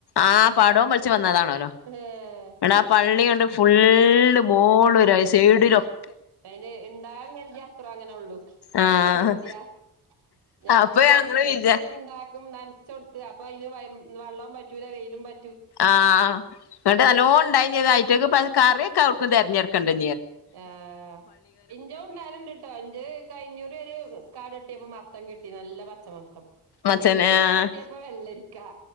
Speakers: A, on the left; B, on the right.
A: ആ പടം പലിവന്നതാണല്ലോ
B: ഏഹ്
A: ഇട ആ പള്ളി കൊണ്ട് ഫുള്ള് മോളിലും സൈഡിലും
B: അതിന് ഉണ്ടാൻ കരുതി അത്രം അങ്ങനെ ഉള്ളു പട്ചോൻ
A: ആഹ്
B: കരുതിയാ ഞമ്മള്
A: അപ്പൊ ഞങ്ങള്
B: കുഴിച്ചിട്ട്
A: വിചാ
B: ഇണ്ടാക്കും നൻ കൊടുത്ത് അപ്പൊ അയ്ന് വള്ളം പറ്റൂല വെയിലും പ
A: ആഹ് അങ്ങ് നല്ലോ ഉണ്ടായീനി അവർക്ക് കറിയൊക്കെ അവർക്കും തിരഞ്ഞെടുക്കണ്ടീ
B: ഏഹ് ഇൻറ്റോം ണ്ടാവല് ഉണ്ട്ട്ടോ ഇന്റേത് കഴിഞ്ഞുറി ഒരു കിട്ടിയപ്പോ മത്തം കിട്ടി നല്ല പച്ചമത്തൻ
A: മച്ചന്
B: ഇക്കുറി
A: ആഹ്
B: കടേട്ടിയപ്പ വെള്ളരിക്കാ